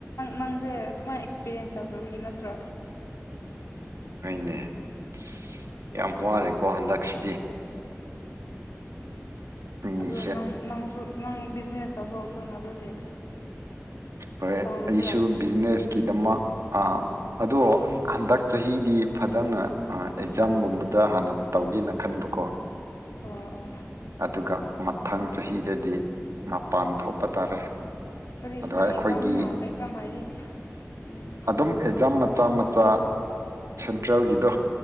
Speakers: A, on the left; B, on the right.
A: ꯅꯪꯁꯦ ꯑꯗꯨꯃꯥꯏꯅ ꯑꯦꯛꯁꯄꯤꯔꯤꯌꯦꯟꯁ ꯇꯧꯈ꯭ꯔꯕꯒꯤ ꯅꯠꯇ꯭ꯔꯣ
B: ꯍꯅꯦ ꯑꯁ
A: ꯌꯥꯏꯍꯦ
B: ꯌꯥꯝ ꯋꯥꯔꯦꯀꯣ ꯍꯟꯗꯛꯁꯤꯗꯤ ꯃꯤꯁꯦ
A: ꯑꯗꯨꯪ ꯅꯪꯁꯨ ꯅꯪ ꯕꯤꯖꯤꯅꯦꯁ ꯇꯧꯕꯈꯅ ꯑꯗꯨꯗꯤ
B: ꯍꯣꯏ
A: ꯍꯧꯔꯕ꯭ꯔꯣ
B: ꯑꯩꯁꯨ ꯕꯤꯖꯤꯅꯦꯁꯀꯤꯗꯃꯛ ꯑ ꯑꯗꯣ ꯍꯟꯗꯛ ꯆꯍꯤꯗꯤ ꯐꯖꯅ ꯑꯦꯛꯖꯥꯝꯒꯨꯝꯕꯗ ꯍꯥꯟꯅ ꯇꯧꯒꯦꯅ ꯈꯟꯕꯀꯣ
A: ꯑꯣ ꯑꯣ
B: ꯑꯗꯨꯒ ꯃꯊꯪ ꯆꯍꯤꯗꯗꯤ ꯃꯄꯥꯟ ꯊꯣꯛꯄ ꯇꯥꯔꯦ
A: ꯀꯔꯤ
B: ꯑꯗ
A: ꯀꯔꯤ
B: ꯑꯩꯈꯣꯏꯒꯤ
A: ꯑꯦꯛꯖꯥꯝ ꯑꯦꯛꯖꯥꯝ ꯍꯥꯏꯗꯤ ꯎꯝ
B: ꯑꯗꯨꯝ ꯑꯦꯛꯖꯥꯝ ꯃꯆꯥ
A: ꯀꯝꯄꯤꯇꯤꯇꯤꯞ
B: ꯃꯆꯥ ꯁꯦꯟꯇ꯭ꯔꯦꯜꯒꯤꯗꯣ